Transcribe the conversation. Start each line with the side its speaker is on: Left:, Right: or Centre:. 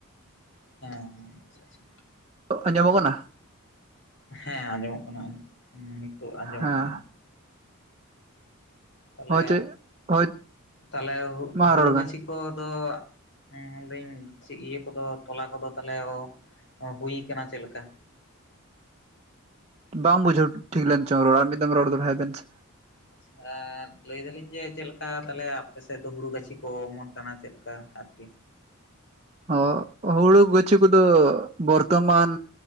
Left: ᱦᱮᱸ ᱟᱪᱪᱷᱟ ᱟᱪᱪᱷᱟ᱾
Right: ᱟᱸᱡᱚᱢᱚᱜ ᱠᱟᱱᱟ
Left: ᱦᱮᱸ ᱟᱸᱡᱚᱢᱚᱜ ᱠᱟᱱᱟ ᱱᱤᱛᱚᱜ ᱟᱸᱡᱚᱢᱚᱜ
Right: ᱦᱮᱸ
Left: ᱠᱟᱱᱟ᱾ <inaudible> ᱛᱟᱦᱚᱞᱮ
Right: ᱦᱳᱭ ᱪᱮ ᱦᱳᱭ
Left: ᱛᱟᱦᱚᱞᱮ
Right: ᱢᱟ
Left: ᱦᱩᱲᱩ
Right: ᱨᱚᱲ ᱢᱮ
Left: ᱜᱟᱹᱪᱷᱤ ᱠᱚᱫᱚ <unintelligible> ᱤᱭᱟᱹ ᱠᱚᱫᱚ ᱛᱚᱞᱟ ᱠᱚᱫᱚ ᱛᱟᱦᱚᱞᱮ ᱦᱩᱭ ᱟᱠᱟᱱᱟ ᱪᱮᱫ ᱞᱮᱠᱟ?
Right: ᱵᱟᱝ ᱵᱩᱡᱷᱟᱹᱣ ᱴᱷᱤᱠ ᱞᱮᱱ ᱪᱚᱝ ᱨᱚᱲ ᱟᱨ ᱢᱤᱫ ᱫᱚᱢ ᱨᱚᱲ ᱫᱚᱦᱲᱟᱭ ᱵᱮᱱ ᱥᱮ᱾
Left: ᱟᱪᱪᱷᱟ ᱞᱟᱹᱭ ᱫᱟᱞᱤᱧ ᱡᱮ ᱪᱮᱫ ᱞᱮᱠᱟ ᱛᱟᱦᱚᱞᱮ ᱟᱯᱮ ᱥᱮᱫ ᱫᱚ ᱦᱩᱲᱩ ᱜᱟᱹᱪᱷᱤ ᱠᱚ ᱚᱢᱚᱱ ᱠᱟᱱᱟ ᱪᱮᱫ ᱞᱮᱠᱟ ᱟᱨᱠᱤ?
Right: ᱦᱚ ᱦᱩᱲᱩ ᱜᱟᱹᱪᱷᱩ ᱠᱚᱫᱚ ᱵᱚᱨᱛᱚᱢᱟᱱ